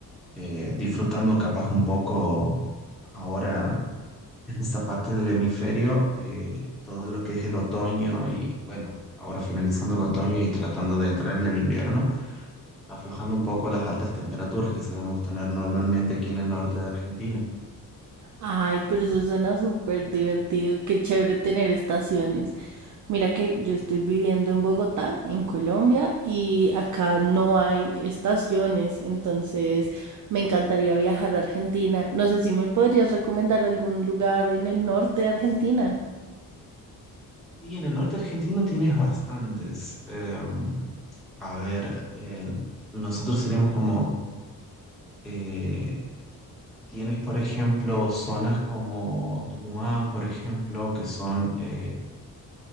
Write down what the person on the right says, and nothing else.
Ay, pero eso suena súper divertido, qué chévere tener estaciones. Mira que yo estoy viviendo en Bogotá, en Colombia, y acá no hay estaciones, entonces me encantaría viajar a Argentina. No sé si me podrías recomendar algún lugar en el norte de Argentina.